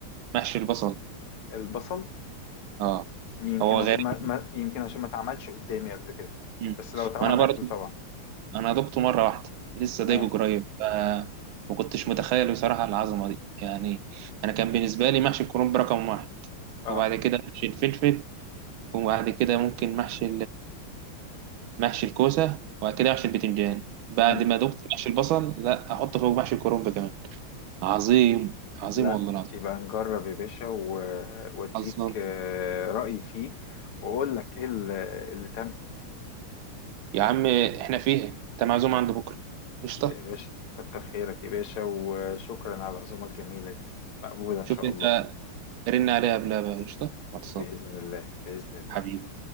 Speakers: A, on the right (about 75°); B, on the left (about 80°).
A: محشي البصل
B: البصل
A: اه
B: يمكن
A: هو
B: عشان
A: غريب
B: ما, ما... يمكن عشان ما اتعملش قدامي قبل كده
A: مم.
B: بس لو اتعمل
A: ما انا
B: هاكله
A: برضه
B: طبعا
A: انا دقته مره واحده لسه دايقه
B: اه
A: قريب ف- ما كنتش متخيل بصراحه العظمه دي يعني انا كان بالنسبه لي محشي الكرنب رقم واحد
B: اه
A: وبعد كده محشي الفلفل وبعد كده ممكن محشي محشي الكوسة وبعد كده محشي البتنجان بعد
B: مم.
A: ما دقت محشي البصل لا أحط فوق محشي الكرنب كمان عظيم عظيم
B: لا
A: والله العظيم
B: يبقى نجرب يا باشا و- واديك
A: خلصان
B: آه، رأيي فيه واقول لك ايه اللي اللي تم
A: يا عم إحنا فيها أنت معزوم عند بكرة قشطة
B: يا باشا كتر خيرك يا باشا وشكرا على العزومة الجميلة دي مقبولة إن
A: شوف
B: شاء
A: أنت
B: الله
A: رن عليها قبلها بقى قشطة خلصان
B: بإذن الله بإذن الله
A: حبيبي